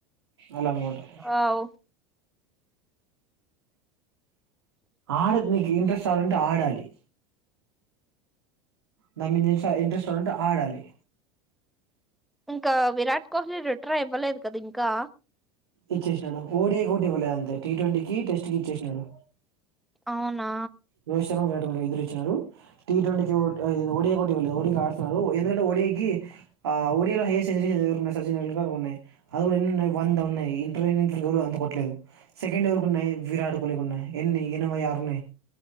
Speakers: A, on the right; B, in the centre.
A: అలా అనుకుంటరు
B: వావ్
A: ఆడు నీక్ ఇంట్రెస్ చాలుంటే ఆడాలి దాన్ మీద ఏంస ఇంట్రెస్ట్ ఉంటే ఆడాలి
B: ఇంకా విరాట్ కోహ్లీ రిటర్ అయిపోలేద్ కద ఇంకా
A: ఇచ్చేసినాడ ఓడి ఒకటి ఇవ్వలేదు అంతే టి ట్వంటీ కి టెస్ట్ కి ఇచ్చేసినాడు
B: అవునా
A: రోహిత్ శర్మ విరాట్ కోహిలి ఇద్దరు ఇచ్చినారు టీ ట్వంటీ ఒడియా ఇవ్వలేదు ఒడికి ఆడుతున్నారు ఎందుకంటే ఒడియాకి ఒడియాలో హైయర్ సెంచరీ సచిన్ టెండూల్కర్ కు ఉన్నాయి అది కూడా ఎన్ని ఉన్నాయి వంద ఉన్నాయి ఇ <unintelligible> అంత కొట్టలేదు సెకండ్ ఎవరి ఉన్నాయి విరాట్ కోహ్లీ ఉన్నాయి ఎన్ని ఎనభై ఆరున్నాయి